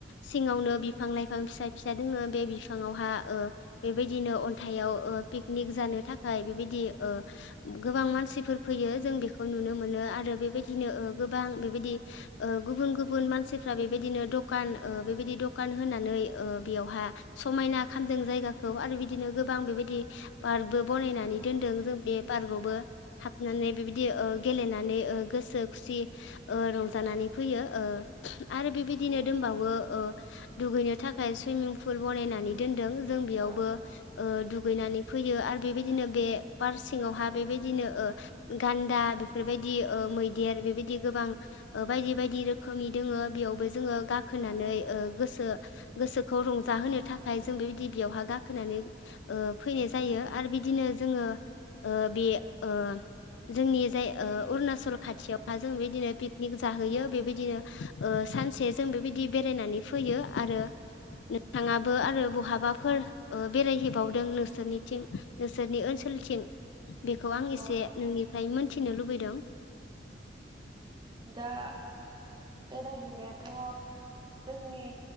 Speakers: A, on the left; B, on the right.
A: सिङावनो बिफां लाइफां फिसा फिसा दोंनो बे बिफाङावहा ओ बेबायदिनो अन्थाइाव ओ पिकनिक जानो थाखाय बेबायदि ओ गोबां मानसिफोर फैयो जों बेखौ नुनो मोनो आरो बेबायदिनो ओ गोबां बेबायदि ओ गुबुन गुबुन मानसिफ्रा बेबायदिनो दखान ओ बेबायदि दखान होनानै ओ बेयावहा समायना खालामदों जायगाखौ आरो बिदिनो गोबां बे बेबायदि पार्कबो बानायनानै दोनदों जों बे पार्कआवबो हाबनानै बेबायदि गेलेनानै ओ गोसो खुसि ओ रंजानानै फैयो ओ आरो बेबायदिनो
B: औ
A: दोनबावो ओ दुगैनो थाखाय सुइमिं पुल बनायनानै दोनदों जों बेयावबो
B: औ
A: दुगैनानै फैयो आरो बेबायदिनो बे पार्रक ङावहा बेबायदिनो गान्दा बेफोरबायदि ओ मैदेर बेबायदि गोबां ओ बायदि बायदि रोखोमनि दङ बेयावबो जोङो गाखोनानै ओ गोसो गोसोखौ रंजा होनो थाखाय जों बेबायदि बियावहा गाखोनानै ओ फैनाय जायो आरो बिदिनो जोङो ओ बे ओ जोंनि जाय ओ अरुणाचल खाथियावहा जों बेदिनो पिकनिक जाहैयो बेबायदिनो ओ सानसे जों बेबायदिनो बेरायनानै फैयो आरो नोंथाङा बो आरो बहाबाफोर ओ बेरायहैबावदों नोंसोरनिथिं नोंसोरनि ओनसोलथिं बेखौ आं एसे
B: औ
A: नोंनिफ्राय मोनथिनो लुबैदों
B: दा बेरायहैनाया थ' जोंनि